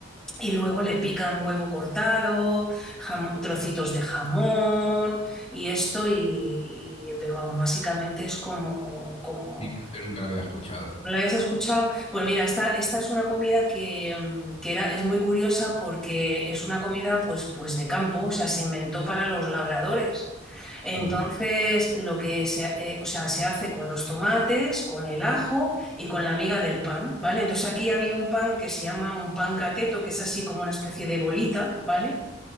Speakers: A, in the centre; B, on the left.
A: y luego le pican huevo cortado, jamo- trocitos de jamón y esto, y, y- pero vamos, básicamente es como, como...
B: Sí, yo nunca lo había escuchado.
A: ¿No la habías escuchado? Pues mira, esta, esta es una comida que, mm, que era, es muy curiosa porque es una comida pues, pues de campo, o sea, se inventó para los labradores. Entonces,
B: Mm.
A: lo que se, eh, o sea, se hace con los tomates, con el ajo y con la miga del pan, ¿vale? Entonces aquí había un pan que se llama un pan cateto, que es así como una especie de bolita, ¿vale?